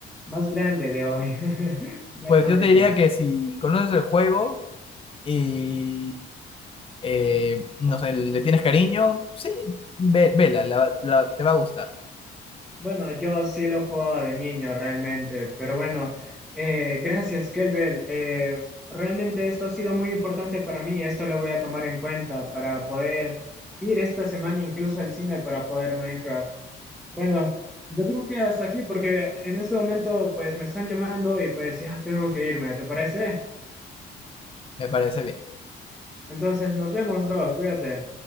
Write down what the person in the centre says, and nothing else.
más grande de hoy, <laughs> ver
Minecraft.
Bueno, yo sí lo jugaba de niño realmente, pero bueno, eh, gracias, Kelbel. Eh, realmente esto ha sido muy importante para mí, esto lo voy a tomar en cuenta para poder ir esta semana incluso al cine para poder Minecraft. Bueno, yo creo que hasta aquí, porque en este momento pues me están llamando y pues ya tengo que irme, ¿te parece?
Entonces nos vemos, bro, cuídate.